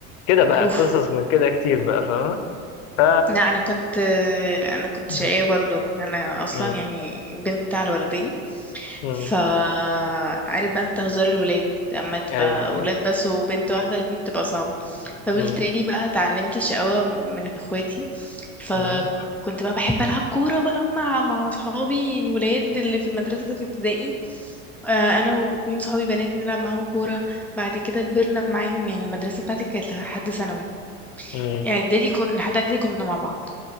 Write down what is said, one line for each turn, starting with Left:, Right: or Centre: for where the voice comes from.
Left: كده بقى
Centre: اوف
Left: قصص من كده كتير بقى فاهم ف
Centre: لا انا كنت انا كنت
Left: مم.
Centre: شقية برضو انا اصلا
Left: مم.
Centre: يعني بنت على ولدين
Left: مم.
Centre: فعارف بقى انت هزار الولاد اما تبقى
Left: اي أي.
Centre: ولاد بس وبنت واحدة دي بتبقى صعبة فبالتالي
Left: مم.
Centre: بقى اتعلمت الشقاوة من اخواتي فكنت
Left: مم.
Centre: بقى بحب العب كورة بقى مع مع اصحابي الولاد اللي في المدرسة في ابتدائي آه، انا واتنين صحابي بنات بنلعب معاهم كورة بعد كده كبرنا معاهم يعني المدرسة بتاعتي كانت لحد ثانوي
Left: مم.
Centre: يعني اعدادي كنا لحد اعدادي كنا مع بعض